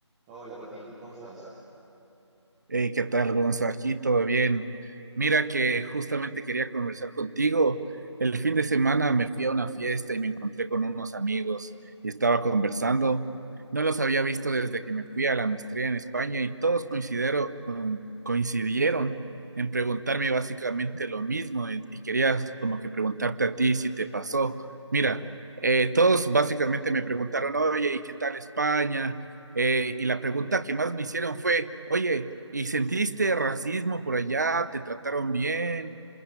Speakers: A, in the centre; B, on the right.
A: Hola Martín, ¿cómo estás?
B: Hey, ¿qué tal, Gonzo? Aquí todo bien. Mira que justamente quería conversar contigo. El fin de semana me fui a una fiesta y me encontré con unos amigos y estaba conversando. No los había visto desde que me fui a la maestría en España y todos coincidero- con- coincidieron en preguntarme básicamente lo mismo y, y quería como que preguntarte a ti si te pasó. Mira, eh, todos básicamente me preguntaron, oye, ¿y qué tal España? Eh, y la pregunta que más me hicieron fue, oye, ¿y sentiste racismo por allá? ¿Te trataron bien?